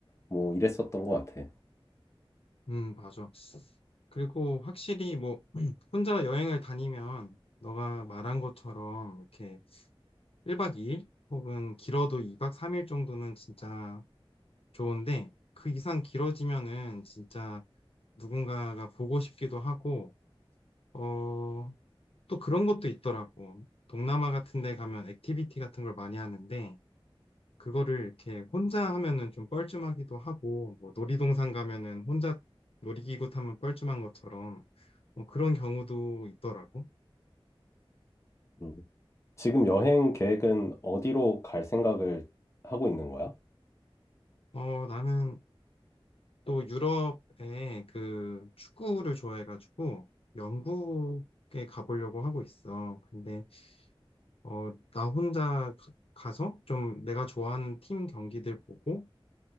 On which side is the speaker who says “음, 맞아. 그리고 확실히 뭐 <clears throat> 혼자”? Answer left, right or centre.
Left